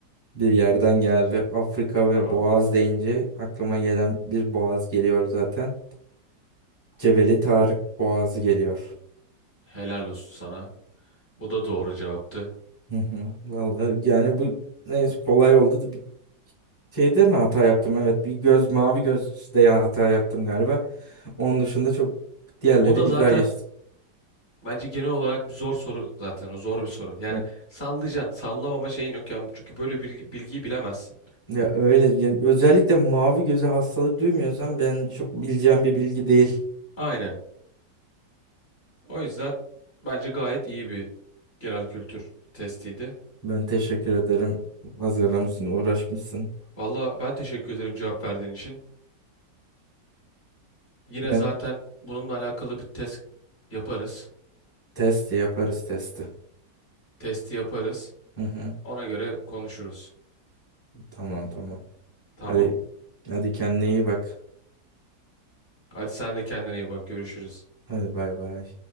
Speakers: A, on the left; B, on the left.
A: Bir yerden geldi. Afrika
B: Tamam.
A: ve Boğaz deyince aklıma gelen bir boğaz geliyor zaten. Cebeli Tarık Boğazı geliyor.
B: Helal olsun sana. Bu da doğru cevaptı.
A: Hı hı. Vallahi yani bu neyse kolay oldu. Şeyde mi hata yaptım? Evet bir göz mavi gözde ya hata yaptım galiba. Onun dışında çok diğerleri
B: O da
A: güzel
B: zaten
A: geçti.
B: bence genel olarak bir zor soru zaten. O zor bir soru. Yani
A: Hı.
B: sallayacaksın. Sallamama şeyin yok. Yani çünkü böyle bir bilgiyi bilemezsin.
A: Ya öyle ya özellikle mavi göze hastalık duymuyorsan ben çok bileceğim bir bilgi değil.
B: Aynen. O yüzden bence gayet iyi bir genel kültür testiydi.
A: Ben teşekkür ederim. Hazırlamışsın, uğraşmışsın.
B: Valla ben teşekkür ederim cevap verdiğin için. Yine
A: Yani
B: zaten bununla alakalı bir test yaparız.
A: testi yaparız testi.
B: Testi yaparız.
A: Hı hı.
B: Ona göre konuşuruz.
A: Tamam tamam.
B: Tamam.
A: Hadi hadi kendine iyi bak.
B: Hadi sen de kendine iyi bak. Görüşürüz.
A: Hadi bay bay.